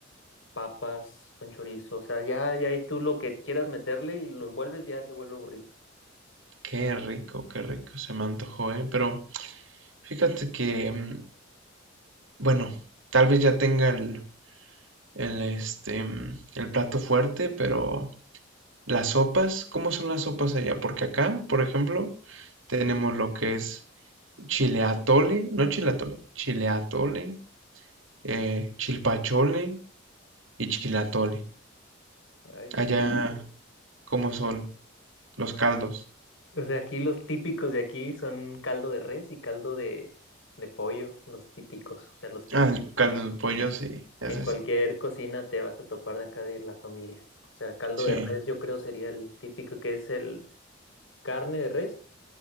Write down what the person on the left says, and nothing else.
papas con chorizo, o sea, ya, ya ahí tú lo que quieras meterle y lo envuelves ya se vuelve burrito.
Ay, pues
sí.
O sea, aquí los típicos de aquí son caldo de res y caldo de, de pollo, los típicos, o sea, los que
sí.
En
en cualquier
cocina te vas a topar de acá de la familia. O sea, caldo
de res yo creo sería el típico, que es el carne de res,